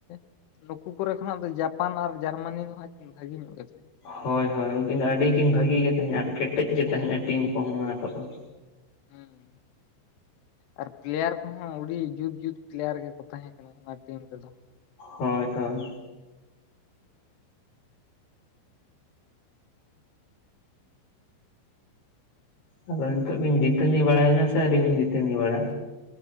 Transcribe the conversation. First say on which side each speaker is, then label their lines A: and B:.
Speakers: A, on the left; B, on the left.
A: ᱼᱼ ᱱᱩᱠᱩ ᱠᱚᱨᱮ ᱠᱷᱚᱱᱟᱜ ᱫᱚ ᱡᱟᱯᱟᱱ ᱟᱨ ᱡᱟᱨᱢᱟᱱᱤ ᱫᱚ ᱦᱟᱸᱜ ᱠᱤᱱ ᱵᱷᱟᱹᱜᱤ ᱧᱚᱜ ᱜᱮ ᱛᱟᱦᱮᱸᱫ।
B: ᱦᱳᱭ ᱦᱳᱭ। ᱩᱱᱠᱤᱱ ᱫᱚ ᱟᱹᱰᱤ ᱠᱤᱱ ᱵᱷᱟᱹᱜᱤ ᱜᱮ ᱛᱟᱦᱮᱸᱫ। ᱟᱨ ᱠᱮᱴᱮᱡ ᱜᱮ ᱛᱟᱦᱮᱸᱜᱼᱟ ᱴᱤᱢ ᱠᱚᱦᱚᱸ ᱚᱱᱟ ᱠᱚᱫᱚ।
A: <inaudible> ᱟᱨ ᱯᱞᱮᱭᱟᱨ ᱠᱚᱦᱚᱸ, ᱩᱲᱤ ᱡᱩᱛ ᱡᱩᱛ ᱯᱞᱮᱭᱟᱨ ᱜᱮᱠᱚ ᱛᱟᱦᱮᱸ ᱠᱟᱱᱟ ᱚᱱᱟ ᱴᱤᱢ ᱨᱮᱫᱚ।
B: ᱦᱳᱭ ᱦᱳᱭ। ᱟᱫᱚ ᱱᱤᱛᱚᱜ ᱵᱤᱱ ᱫᱤᱛᱟᱹᱱᱤ ᱵᱟᱲᱟᱭᱱᱟ ᱥᱮ ᱟᱹᱣᱨᱤ ᱵᱤᱱ ᱫᱤᱛᱟᱹᱱᱤ ᱵᱟᱲᱟᱜᱼᱟ?